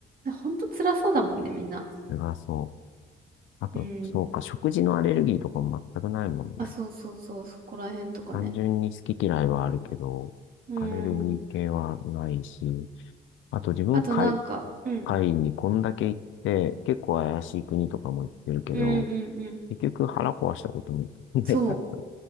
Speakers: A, on the right (about 45°); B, on the left (about 80°).
A: ほんと辛そうだもんね、みんな。
B: それはそう。あと、
A: うん。
B: そうか、食事のアレルギーとかも全くないもんね。
A: あ、そうそうそう、そこら辺とかね。
B: 単純に好き嫌いはあるけど、
A: うん。
B: アレルギー系はないし、あと自分海
A: あとなんか、うん、
B: 会外にこんだけ行って、結構怪しい国とかも行ってるけど、
A: うんうんうん。
B: 結局腹壊したことも言ってないからさ。
A: そう、